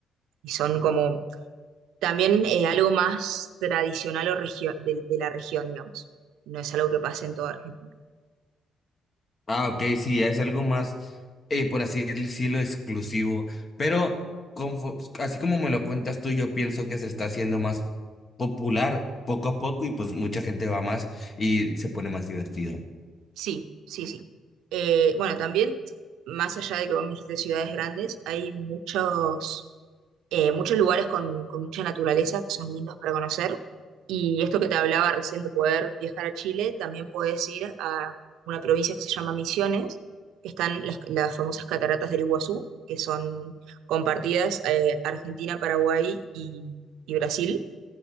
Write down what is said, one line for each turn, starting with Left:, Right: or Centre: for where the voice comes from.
Right: y son como también eh, algo más tradicional o regio- de, de la región, digamos. No es algo que pase en toda Argentina.
Left: Ah, ok, sí, es algo más, eh, por así decirlo, exclusivo. Pero confo- así como me lo cuentas tú, yo pienso que se está haciendo más popular poco a poco y pues mucha gente va más y se pone más divertido.
Right: Sí, sí, sí. Eh, bueno, también, más allá de que vos me dijiste ciudades grandes, hay muchos eh, muchos lugares con, con mucha naturaleza que son lindos para conocer. Y esto que te hablaba recién de poder viajar a Chile, también puedes ir a una provincia que se llama Misiones, que están las, las famosas cataratas del Iguazú, que son compartidas eh, Argentina, Paraguay y, y Brasil.